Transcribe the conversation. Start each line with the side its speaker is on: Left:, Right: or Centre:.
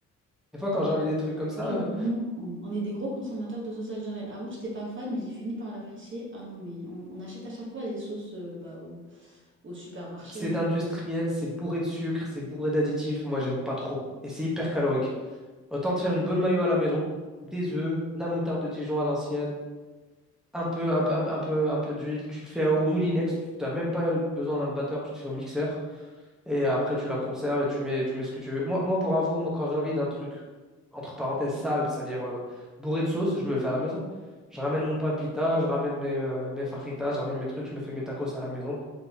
Centre: Des fois, quand j'ai envie des trucs comme ça,
Right: Ah,
Centre: euh,
Right: nous, on, on est des gros consommateurs de sauce algérienne. Avant, j'étais pas fan, mais j'ai fini par l'apprécier. Ah non, mais on, on achète à chaque fois les sauces euh, bah, au, au supermarché.
Centre: c'est industriel, c'est bourré de sucre, c'est bourré d'additifs, moi j'aime pas trop. Et c'est hyper calorique. Autant te faire une bonne mayo à la maison, des œufs, de la moutarde de Dijon à l'ancienne, un peu, un peu, un, un peu, un peu d'huile. Tu te fais au moulinex, tu n'as même pas besoin d'un batteur, tu te fais au mixeur. Et après, tu la conserves et tu mets, tu mets ce que tu veux. Moi, moi pour info, moi, quand j'ai envie d'un truc, entre parenthèses, sale, c'est-à-dire euh, bourré de sauce, je me le fais à la maison. Je ramène mon pain pita, je ramène mes, euh, mes fajitas, je ramène mes trucs, je me fais mes tacos à la maison.